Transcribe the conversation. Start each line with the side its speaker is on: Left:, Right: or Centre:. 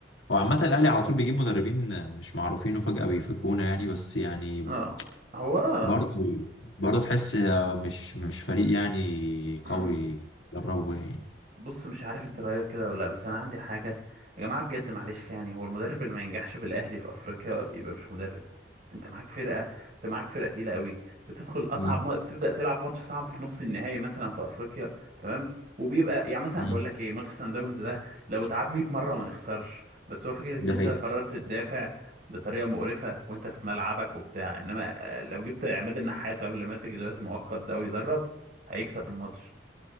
Left: هو عامة الأهلي على طول بيجيب مدربين مش معروفين وفجأة بيفاجئونا يعني بس يعني
Right: اه هو آه.
Left: برضه برضه تحس مش مش فريق يعني
Right: مم.
Left: قوي دربه يعني
Right: بص مش عارف انت رايك كده ولا لا بس انا عندي حاجه يا جماعه بجد معلش يعني هو المدرب اللي ما ينجحش بالاهلي في افريقيا يبقى مش مدرب انت معاك فرقه انت معاك فرقه تقيله قوي بتدخل اصعب
Left: مم.
Right: ما... بتبدا تلعب ماتش صعب في نص النهائي مثلا في افريقيا تمام وبيبقى يعني مثلا
Left: مم.
Right: بقول لك ايه ماتش سان داونز ده لو اتعاد 100 مره ما نخسرش بس هو فكره ان
Left: ده
Right: انت
Left: حقيقي
Right: ده حقيقي قررت تدافع بطريقه مقرفه وانت في ملعبك وبتاع انما آه، لو جبت عماد النحاس هو اللي ماسك دلوقتي مؤقت ده ويدرب هيكسب الماتش